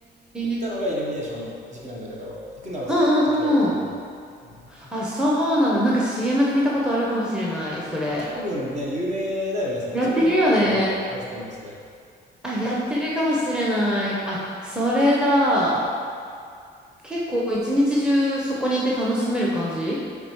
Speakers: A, on the right; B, in the centre.
A: 行ったのがイルミネーションの時期なんだけど、
B: え。
A: 行くならその時がいいと思う。
B: うんうんうん。
A: うん
B: あ、そうなんだ。なんか CM で見たことあるかもしれない。それ。
A: あ多分ね、有名だよね。その一番有名だと思う。
B: やってるよね。
A: ハウステンボスで。
B: あ、やってるかもしれない。あ、それだ。結構一日中そこにいて楽しめる感じ